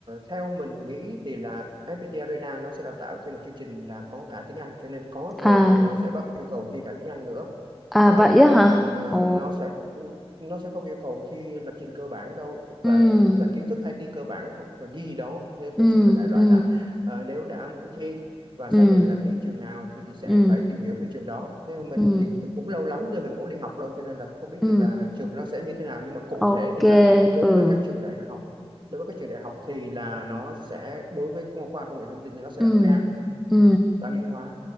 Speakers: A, on the right; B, in the centre.
A: theo mình nghĩ thì là FPT Arena nó sẽ đào tạo thêm một chương trình là có cả tiếng Anh cho nên có
B: à
A: thể rằng nó sẽ bắt yêu cầu thi cả tiếng Anh nữa
B: à
A: đó
B: vậy á
A: còn
B: hả
A: ờ,
B: ồ
A: nó sẽ nó sẽ không yêu cầu thi lập trình cơ bản đâu hoặc
B: ừ
A: là tức là kiến thức IT cơ bản hoặc là gì gì đó nên
B: ừ
A: nói chung là đại loại
B: ừ
A: là ờ, nếu đã muốn thi và
B: ừ
A: xác định là thi trường nào thì sẽ
B: ừ
A: phải tìm hiểu về trường đó nên mình
B: ừ
A: thì cũng lâu lắm rồi mình cũng đi học lâu cho nên là không biết
B: ừ
A: được là trường nó sẽ như thế nào nhưng mà cụ
B: ok
A: thể thì là đối
B: ừ
A: với các trường đại học đối với các trường đại học thì là nó sẽ đối với khoa khoa công nghệ thông tin thì nó sẽ
B: ừ
A: là khoa,
B: ừ
A: toán lý hóa